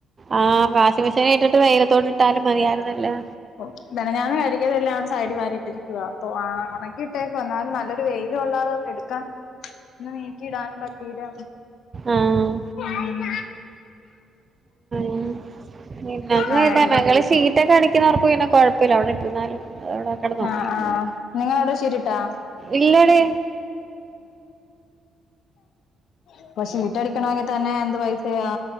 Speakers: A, on the right (about 35°); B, on the left (about 75°).
A: ആഹ് വാഷ് മെഷീനിൽ ഇട്ടിട്ട് - വെയിലത്തോട്ട് ഇട്ട് ഇട്ടാലും മതിയാരുന്നല്ലോ
B: ഓ മെനഞ്ഞാന്ന് കഴുകിയതെല്ലാം അവിടെ സൈഡിൽ വാരിയിട്ടിരിക്കുവ ആഹ് ഒണക്കിട്ടേക്കുവാ എന്നാലും നല്ലൊരു വെയില് കൊള്ളാതെ- ട്ക്കാ ഒന്ന് നീക്കി ഇടാനും പറ്റീല
A: ആഹ്
B: ഉം
A: ഉം പിന്നെ <unintelligible>
B: ആഹ് ഇരുത്
A: ഞങ്ങള് സീറ്റൊക്കെ അടിക്കുന്നവർക്കും പിന്നെ കൊഴപ്പ - പ്പവില്ല അവിടെ ഇട്ടിരുന്നാലും അത് അവിടെ കെടന്ന് ഒണങ്ങിക്കോളും
B: ആഹ് ആഹ് നിങ്ങളവിടെ ഷീറ്റിട്ടാ
A: ഇല്ലടെ
B: ഇപ്പൊ ഷീറ്റടിക്കണങ്കി തന്നെ എന്ത് പൈസയാ